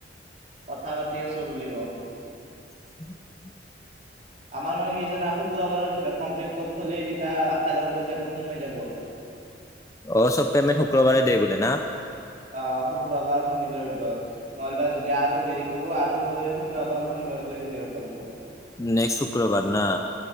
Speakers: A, on the right; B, on the left.
A: কথা পাতি আছোঁ বুলি ক।
B: উ <unintelligible>
A: আমাৰ মানে কি জানা শুক্ৰবাৰৰ ভিতৰত কমপ্লিট কৰি থলি তেতিয়া একেলগে পইচাটো সোমাই যাব।
B: অ' চ'ব পেমেণ্ট শুক্ৰবাৰে দে বোলে না?
A: অ' শুক্ৰবাৰ শনিবাৰৰ ভিতৰত, নহলিবা যদি আৰু দেৰি কৰো আৰু এই শুক্ৰবাৰ শনিবাৰক লগি ৰাখিব লাগিব।
B: নেক্সট শুক্ৰবাৰ না।